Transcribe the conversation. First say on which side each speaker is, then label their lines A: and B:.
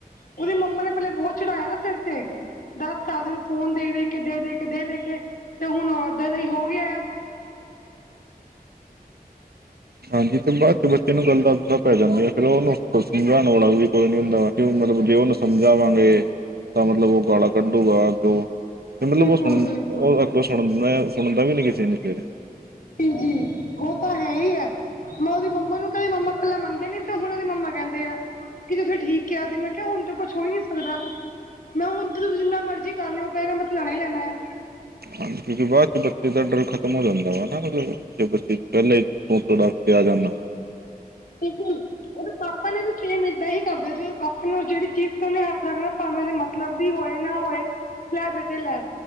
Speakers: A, on the left; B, on the right.
A: ਉਹਦੀ ਮੰਮਾ ਨੇ ਪੈਲੇ ਬੌਤ ਚੜ੍ਹਾਇਆ ਨਾ ਸੇਰ ਤੇ। ਦੱਸ ਸਾਲ ਦੇ ਨੂੰ ਫੋਨ ਦੇ ਵੇਖਕੇ ਦੇ ਦੇ ਕੇ ਦੇ ਦੇ ਕੇ ਤੇ ਹੁਣ ਉਹ ਇਦਾਂ ਦਾ ਹੀ ਹੋ ਗਿਆ ਆ।
B: ਹਾਂਜੀ ਤੇ ਬਾਦ ਚ ਬੱਚੇ ਨੂੰ ਗਲਤ ਆਦਤਾ ਪੈ ਜਾਂਦੀਆਂ ਫਿਰ ਓਹਨੂੰ ਸਮਝਾਣ ਵਾਲਾ ਵੀ ਕੋਈ ਨੀ ਹੁੰਦਾ। ਕਿ ਉ ਮਤਲਬ ਜੇ ਔਨੂੰ ਸਮਝਾਵਾਂਗੇ ਤਾਂ ਮਤਲਬ ਓਹ ਗਾਲਾ ਕੱਢੂਗਾ ਅੱਗੋ। ਫਿਰ ਮਤਲਬ
A: ਬਿਲਕੁਲ
B: ਓਹ ਸੁਣ
A: ਬਿਲਕੁਲ
B: ਓਹ ਅੱਗੋਂ ਸੁਣ ਸੁਣਦਾ ਵੀ ਨੀ ਕਿਸੇ ਦੀ ਫਿਰ।
A: ਪੀਜੀ ਔ ਤਾਂ ਹੈ ਹੀ ਹੈ, ਮੈਂ ਉਹਦੀ ਮੰਮਾ ਨੂੰ ਕਹੀ ਮੰਮਾ ਪੈਲਾ ਮੰਨਦੇ ਨੀ ਤੇ ਹੁਣ ਔਦੀ ਮੰਮਾ ਕੈੰਦੇ ਹੈ, ਕਿ ਤੁਸੀਂ ਠੀਕ ਕਿਹਾ ਸੀ ਮੈਂ ਕਿਹਾ ਹੁਣ ਤੇ ਕੁਛ ਹੋ ਹੀ ਨੀ ਸਕਦਾ। ਮੈਂ ਹੁਣ ਤੇ ਤੁਸੀਂ ਜਿੰਨਾ ਮਰਜ਼ੀ ਕਰ ਲੋ ਔ ਕਹੇਗਾ ਮੈਂ ਤੇ ਲੈਣਾ ਹੀ ਲੈਣਾ ਹੈ।
B: ਹਾਂਜੀ ਕਿਉਂਕਿ ਬਾਅਦ ਚ ਬੱਚੇ ਦਾ ਡਰ ਖ਼ਤਮ ਹੋ ਜਾਂਦਾ ਵਾ ਮਤਲਬ ਉੱਪਰ ਸਿਸਟਰ ਨੇ ਉਤੋਂ ਡਰ ਕੇ ਆ ਜਾਣਾ
A: ਟਿਗਲੂ ਉਹਦੇ ਪਾਪਾ ਨੇ ਵੀ ਸੇਮ ਇਦਾਂ ਹੀ ਕਰਦੇ ਜੇ ਪਾਪਾ ਨੇ ਉਸ ਜਿਹੜ ਚੀਜ਼ ਤੇ ਉਹਨੇ ਹੱਥ ਰੱਖਣਾ ਭਾਵੇਂ ਉਹਦੇ ਮਤਲਬ ਦੀ ਹੋਏ ਨਾ ਹੋਏ ਲੈ ਬੇਟੇ ਲੈ